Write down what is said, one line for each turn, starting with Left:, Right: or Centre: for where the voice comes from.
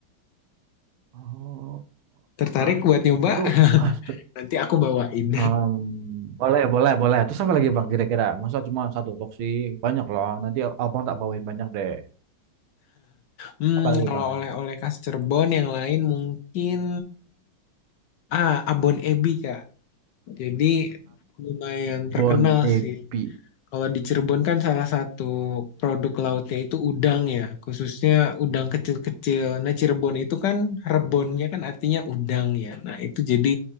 Right: Oh,
Left: Tertarik
Right: ah,
Left: buat nyoba?
Right: itu khas.
Left: Nanti aku bawain.
Right: Em, boleh, boleh, boleh. Terus apa lagi Bang kira-kira? Masa cuma satu box sih? Banyak loh. Nanti Abang tak bawain banyak deh.
Left: Hmm,
Right: Apa lagi
Left: kalau
Right: Bang?
Left: oleh-oleh khas Cirebon yang lain mungkin ah abon ebi Kak. Jadi lumayan
Right: Abon
Left: terkenal
Right: Ebi.
Left: sih. Kalau di Cirebon kan salah satu produk lautnya itu udang ya, khususnya udang kecil-kecil. Nah, Cirebon itu kan rebonnya kan artinya udang ya. Nah, itu jadi